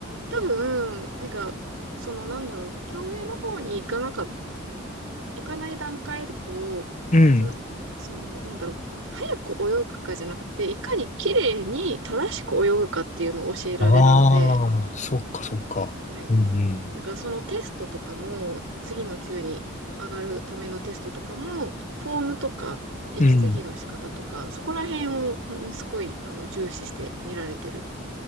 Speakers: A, on the right; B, on the left.
A: 多分、なんか、そのなんだろう、競泳の方に行かなか行かない段階だと、
B: うん。
A: その、その、なんだろう、早く泳ぐかじゃなくて、いかに綺麗に正しく泳ぐかっていうのを教えられるので、
B: ああ、そっかそっか。
A: はい。
B: うんうん。
A: だからそのテストとかも、次の級に上がるためのテストとかも、フォームとか、息継ぎの仕方とか、
B: うん。
A: そこら辺を、うんすごい、あの、重視して見られてる。